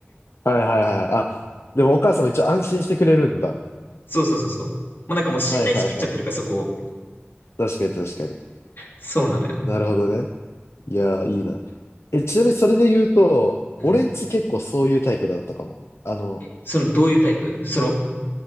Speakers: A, on the left (about 85°); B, on the left (about 55°).
A: はいはいはい。あ、でもお母さんも一応安心してくれるんだ。
B: そうそうそうそう。もうなんかもう信頼しきっちゃってるから、
A: はいはいはい。
B: そこを。
A: 確かに確かに。
B: そうなのよ。
A: なるほどね。いやー、いいな。え、ちなみにそれで言うと、
B: うん。
A: 俺んち結構そういうタイプだったかも。あの、
B: え、その、どういうタイプその、